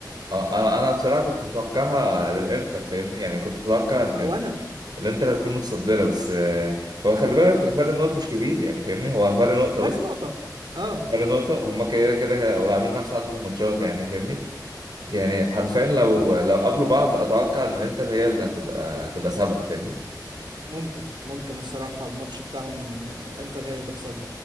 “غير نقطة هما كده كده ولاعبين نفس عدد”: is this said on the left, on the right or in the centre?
Right